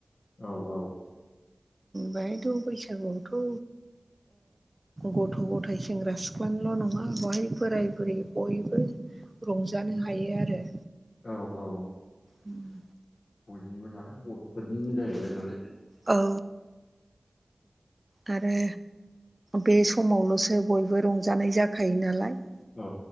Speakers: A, on the left; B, on the right.
A: औ औ।
B: बेहायथ' बैसागुआवथ' गथ' गथायाइ सेंग्रा सिख्लानिल' नङा बेहाय बोराय बुरि बयबो। रंजानो हायो आरो।
A: औ औ।
B: उम।
A: नालाय बर'फोरनिनो जाहैबाय नालाय।
B: औ आरो बे समावल'सो बयबो रंजानाय जाखायो नालाय
A: औ